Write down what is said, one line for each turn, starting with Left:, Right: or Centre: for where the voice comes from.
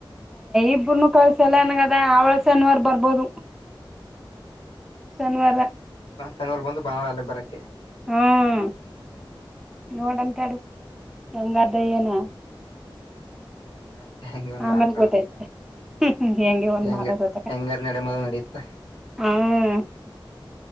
Centre: ಇಬ್ರನು ಕಳ್ಸಲ್ಲ ನನಂಗ ಅವಳ ಶನೀವಾರ ಬರ್ಬೋದು
Left: ಹೂಂ
Centre: ಶನಿವಾರ
Left: ಶನಿವಾರ ಬಂದು ಭಾನುವಾರ ಅಗ್ ಅಲ್ಲಿಗ್ ಬರಕ್ಕ
Centre: ಹೂಂ ನೋಡಂತಳು ಹ್ಯಾಂಗದ ಏನು <unintelligible>
Left: ಹೆಂಗ ಹೆಂಗ ಮಾಡಾರ್ಕದ
Centre: ಆಮೇಲ್ ಗೊತ್ತೈತೆ
Left: ಬಕ <unintelligible>
Centre: ಹೆಂಗೆ ಒಂದ್
Left: ಹೆಂಗ
Centre: ಮಾಡೋದತಕ
Left: ಹೆಂಗಾರ ನಡೆಮದ ನಡೆಯುತ್ತ
Centre: ಹ್ಮ್